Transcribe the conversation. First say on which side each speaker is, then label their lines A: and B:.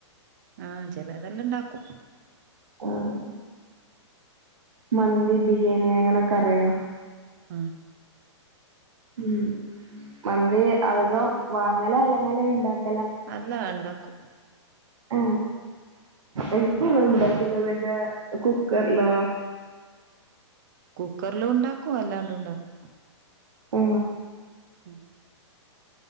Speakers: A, on the right (about 40°); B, on the right (about 85°).
A: ആഹ ചിലതെല്ലാം ഇണ്ടാക്കും
B: ആഹ് മന്തി ബില്ല് അങ്ങനൊക്കെ അറിയോ
A: ആഹ
B: ഉ മന്ത് അധികം വാങ്ങല അലങ്ങിൽ ഉണ്ടാക്കും
A: അല്ലാ ഇണ്ടാക്കും
B: ആ എ എപ്പോഴും ചില പിന്ന കുക്കറിലോ
A: കുക്കറില ഉണ്ടാക്കും അല്ലാണ്ട് ഉണ്ടാക്കും
B: ആ
A: ഉ